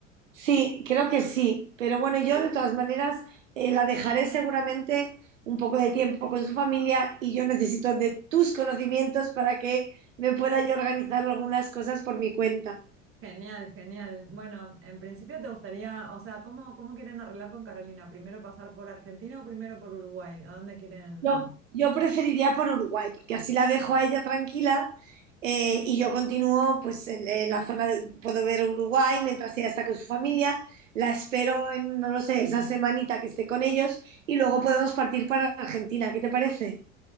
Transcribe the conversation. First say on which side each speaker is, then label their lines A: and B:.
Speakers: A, on the right; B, on the right.
A: sí, creo que sí. Pero bueno, yo de todas maneras eh, la dejaré seguramente un poco de tiempo con su familia y yo necesito de tus conocimientos para que me pueda yo organizar algunas cosas por mi cuenta.
B: Genial, genial. Bueno, en principio te gustaría, o sea, ¿cómo, cómo quieren arreglar con Carolina? ¿Primero pasar por Argentina o primero por Uruguay? ¿A dónde quieren?
A: Yo, yo preferiría por Uruguay, porque así la dejo a ella tranquila eh, y yo continúo pues en, en la zona, de- puedo ver Uruguay mientras ella está con su familia, la espero en, no lo sé, esa semanita que esté con ellos y luego podemos partir para Argentina, ¿qué te parece?